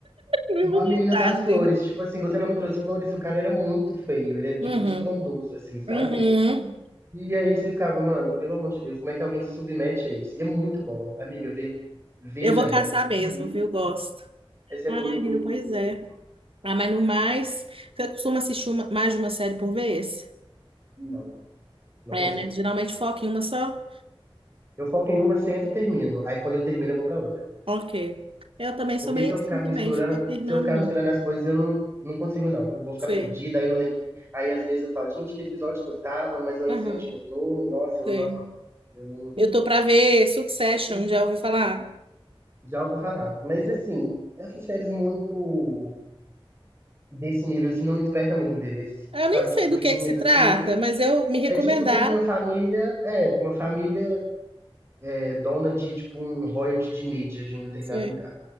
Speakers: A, on the right; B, on the right.
A: nenhuma
B: Igual a
A: vontade,
B: menina das flores,
A: linda.
B: tipo assim, você não me trouxe flores, o cara era muito feio, ele era tipo
A: Uhum.
B: estrondoso, assim, sabe?
A: Uhum.
B: E aí você ficava, mano, pelo amor de Deus, como é que alguém se submete a isso? E é muito bom, amiga, vê, veja
A: Eu vou caçar
B: essa, essa
A: mesmo,
B: é muito
A: viu?
B: boa.
A: Gosto.
B: Essa é
A: Ai,
B: muito,
A: menino,
B: muito,
A: pois
B: muito, muito
A: é.
B: boa.
A: Ah, mas no mais, você costuma assistir uma- mais de uma série por vez?
B: Não, não
A: É,
B: consigo.
A: né? Geralmente foca em uma só?
B: Eu foco em uma, sento, termino. Aí quando eu termino, eu vou pra outra.
A: Ok. Eu também sou
B: Porque
A: meio
B: se eu
A: assim
B: ficar
A: também,
B: misturando,
A: ficar alternando,
B: se eu ficar
A: não.
B: misturando as coisas, eu não, não consigo, não. Eu vou ficar
A: Sei.
B: perdida, aí eu não lembro. Aí às vezes eu falo, gente, que episódio que eu tava, mas eu não
A: Aham,
B: sei onde que eu tô. Nossa, eu
A: sei.
B: não gosto, não. Eu não,
A: Eu tô pra ver Succession, já ouvi falar?
B: Já ouvi falar. Mas assim, essas séries muito desse nível assim não me desperta muito interesse.
A: Eu nem
B: Sabe, tipo,
A: sei do
B: briguinhas
A: que que se trata,
B: assim. né?
A: mas eu me recomendaram.
B: É tipo de uma família, é, de uma família é, dona de tipo um royalty de mídia de um determinado
A: Sei.
B: lugar.